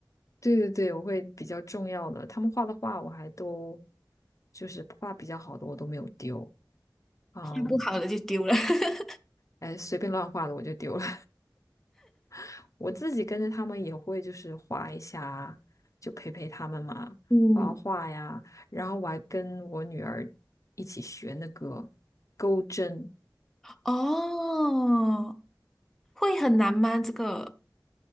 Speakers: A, on the left; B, in the centre.
A: 对对对，我会比较重要的，他们画的画我还都就是画比较好的我都没有丢，嗯，
B: 换不好的就丢了。<laughs>
A: 哎，随便乱画的我就丢了。<laughs> 我自己跟着他们也会就是画一下，就陪陪他们嘛，
B: 嗯
A: 画画呀。然后我还跟我女儿一起学那个钩针，
B: 哦，会很难吗？这个，